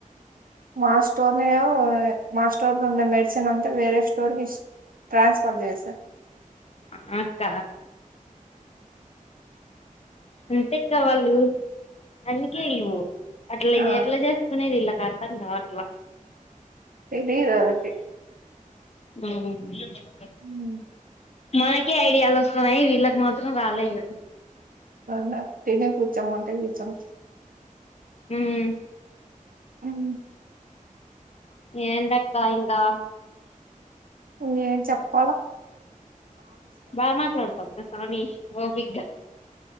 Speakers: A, on the right (about 85°); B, on the left (about 50°).
A: మా స్టోర్ నేయో మా స్టోర్ లో ఉన్నది, మెడిసిన్ అంతా వేరే స్టోర్ ఇస్ ట్రాన్స్ఫర్ చేసా.
B: ఆ అక్క అంతే అక్క వాళ్ళు అందుకే ఇల్లు అట్ల
A: ఆ
B: ఎట్లా చేసుకునేది ఈల్లకు అర్థం కావట్లా
A: తెదిదాళ్ళకి
B: ఉమ్
A: ఉమ్
B: మనకే ఐడియాలు వస్తున్నయి, వీళ్ళకి మాత్రం రాలేదు.
A: అ అమ్మాయి తినే కూచ్చమంటె కూర్చోను
B: ఉమ్
A: ఉమ్
B: ఏంటక్క ఇంకా?
A: నువ్వేం ఏం చెప్పాల?
B: బా మాట్లాడతాం గ స్వామి ఓపిగ్గా